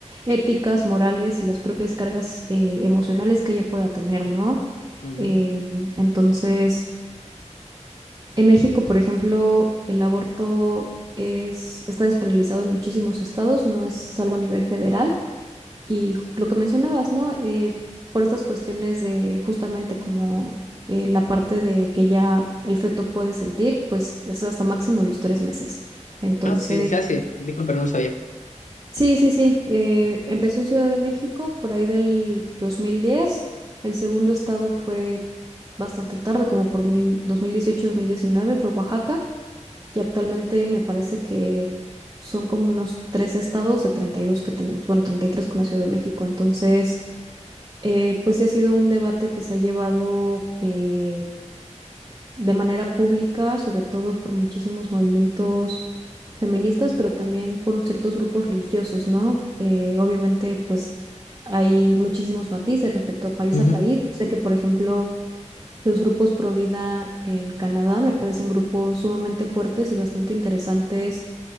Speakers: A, on the right (about 30°); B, on the left (about 85°).
A: éticas, morales y las propias cargas eh, emocionales que ella pueda tener, ¿no?
B: Ujú.
A: Eh, entonces, en México, por ejemplo, el aborto es, está despenalizado en muchísimos estados, no es algo a nivel federal. Y ju- lo que mencionabas, ¿no? Eh, por estas cuestiones de justamente como eh, la parte de que ya el feto puede sentir, pues es hasta máximo los tres meses. Entonces,
B: Ah, sí, se hace. Disculpa, no lo sabía.
A: sí, sí, sí. eh, empezó en Ciudad de México por ahí del 2010. El segundo estado fue bastante tarde, como por mil mil dos dos dieciocho mil diecinueve fue Oaxaca. Y actualmente me parece que son como unos tres estados de 32 que tenemos. Bueno, 33 con la Ciudad de México. Entonces... Eh, pues sí ha sido un debate que se ha llevado eh, de manera pública, sobre todo por muchísimos movimientos feministas, pero también por ciertos grupos religiosos, ¿no? Eh, obviamente, pues hay muchísimos matices respecto a país
B: Ujú.
A: a país. Yo sé que, por ejemplo, los grupos pro vida en Canadá me parecen grupos sumamente fuertes y bastante interesantes